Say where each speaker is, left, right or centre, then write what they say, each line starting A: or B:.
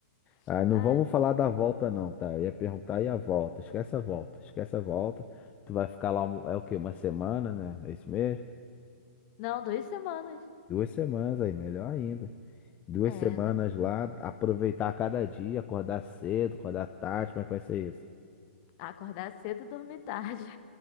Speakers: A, on the left (about 40°); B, on the left (about 20°).
A: <laughs>
B: Ah, não
A: Ai,
B: vamos falar da volta não, tá? Eu ia perguntar e a volta? Esquece a volta, esquece a volta. Tu vai ficar lá, é o quê? Uma semana, né? É isso mesmo?
A: não, duas semanas.
B: Duas semanas aí, melhor ainda. Duas
A: É,
B: semanas lá, aproveitar cada dia, acordar cedo, acordar tarde, como é que vai ser isso?
A: acordar cedo e dormir tarde. <laughs>